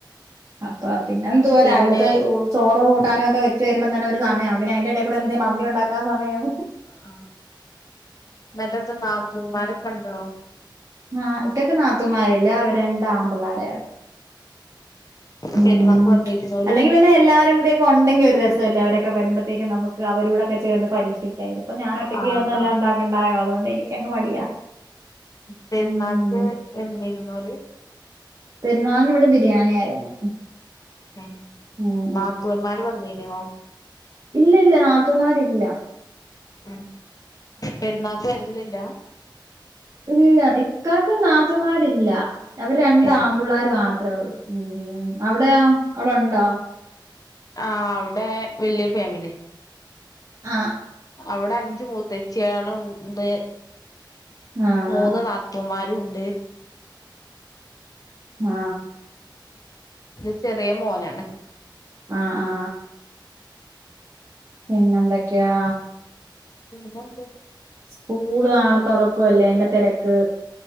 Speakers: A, on the right; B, on the left.
A: അപ്പൊ പിന്നെഎന്തുവാ
B: പിന്നെ
A: രാവിലത്തെ ചോറ് കൂട്ടാനും ഒക്കെ വെച്ച് വരുമ്പം തന്നെ ഒരു സമയമാവും പിന്നെ അയിന്റെ ഇടയിൽ കൂടെ എന്തെമന്തി ഉണ്ടാക്കൻ സമയോ
B: ആ എന്നിട്ടന്തെ നാപ്പൂന്മാരൊക്കെ ഉണ്ടോ
A: ആ ഇത്തെയ്ക്ക് നാത്തൂമാരില്ല അവരെ രണ്ട് ആൺപിള്ളോര ആണ് ഉം
B: പെരുന്നാക്ക് വന്നിരുന്നോല്
A: അല്ലെങ്കിൽ പിന്നെ എല്ലാരും കൂടിയൊക്ക ഉണ്ടെങ്കിൽ ഒരു രസല്ലേ അവരെ ക്കെ വരുമ്പഴേക്കക്ക് നമുക്ക് അവരുടെ ഒക്കെ ഒക്കെ ചേർന്ന് പരീക്ഷിക്കാം ഇത് ഇപ്പ ഞൻ ഒറ്റയ്ക്ക്
B: ആഹ്
A: ചേർന്ന് എല്ലാം
B: ആഹ്
A: ഉണ്ടാണ്ടായോ അതുകൊണ്ട് എനിക്ക് അങ്ങ് മടിയാ
B: പെരുന്നാക്ക്
A: ഉം
B: വന്നിരുന്നോള്
A: പെരുന്നാളിന് ഇവിടെ ബിരിയാണി ആയിരുന്നു
B: ഉം
A: ഉം
B: നാത്തൂന്മാര് വന്നീനോ
A: ഇല്ല ഇല്ല നാത്തൂൻന്മാര് ഇല്ല
B: ഉം പെരുന്നാക്ക് വരലില്ല
A: ഇല്ല ഇക്കാക്കയ്ക്ക് നാത്തുന്മാരില്ല അവര് രണ്ട്
B: ഏ
A: ആമ്പിള്ളേർ മാത്രമേ ഉള്ളൂ അവിടെയ അവിടെ ഉണ്ടോ
B: ആ അവിടെ വലിയ ഫാമിലി
A: ആ
B: അവിടെ അഞ്ച് മൂത്തച്ച്ചികളുണ്ട്
A: ആഹ്
B: മൂന്ന് നാത്തൂന്മാര് ഉണ്ട്
A: ആ
B: ഇത് ചെറിയ മോനാണ്
A: ആഹ് ആ പിന്നെന്തൊക്കെയാ
B: പിന്നെന്ത്
A: സ്കൂള് നാളെ തുറക്കുവല്ലേ അതിന്റെ തിരക്ക്